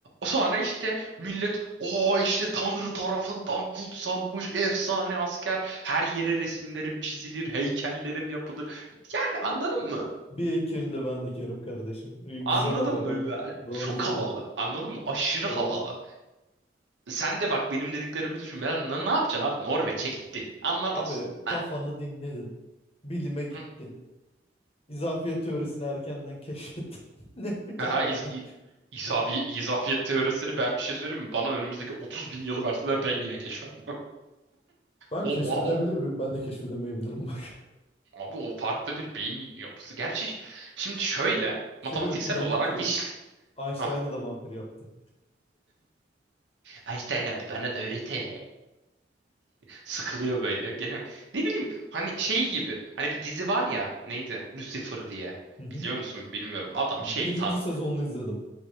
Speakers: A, on the right (about 80°); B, on the left (about 35°).
A: Sonra işte millet o işte Tanrı tarafından kutsanmış efsane asker her yere resimlerim çizilir heykellerim yapılır yani anladın mı?
B: Bir heykelini de ben dikerim kardeşim. Ee, Güzel
A: Anladın
B: ama
A: mı?
B: bak.
A: Ya,
B: Doğru
A: Çok
B: doğru.
A: havalı. Anladın mı? Aşırı
B: Doğru.
A: havalı. Sen de bak benim dediklerimi düşün. Ben, ne, ne yapacaksın abi? Norveç'e gittin. Anlat
B: Abi
A: as. Ha,
B: kafanı dinledin. Bilime gittin.
A: hı.
B: İzafiyet teorisini erkenden keşfettin. <laughs> Ne yapacaksın
A: Aha,
B: harbiden?
A: iz, i- izafi- izafiyet teorisini ben bir şey söyleyeyim mi? Bana önümüzdeki 30 bin yılı verseler ben yine keşfederim.
B: Ben
A: O,
B: keşfedebilir
A: o, o-
B: miyim? Ben de keşfedemeyebilirim bak.
A: abi o farklı bir beyin yapısı. Gerçi şimdi şöyle
B: <laughs> Şey
A: matematiksel
B: değil mi? Plan
A: olarak
B: 2.
A: iş...
B: Einstein'ı
A: Ah,
B: da vampir yaptı.
A: Einstein abi bana da öğretene. Sıkılıyor böyle. Gene ne bileyim hani şey gibi. Hani bir dizi var ya neydi? Lucifer diye.
B: Hı hı.
A: Biliyor musun? Bilmiyorum. Adam
B: Birinci
A: şeytan.
B: sezonunu izledim.